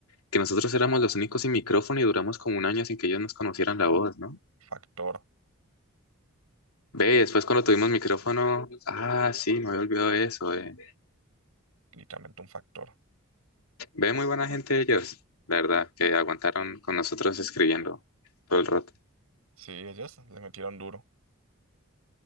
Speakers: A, on the left (about 85°); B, on the right (about 85°).
A: Que nosotros éramos los únicos sin micrófono y duramos como un año sin que ellos nos conocieran la voz, ¿no?
B: Factor,
A: Ve, después cuando tuvimos micrófono. Ah, sí, me había olvidado de eso. eh.
B: literalmente un factor.
A: Ve, muy buena gente ellos, la verdad, que aguantaron con nosotros escribiendo todo el rato.
B: Sí, ellas le metieron duro.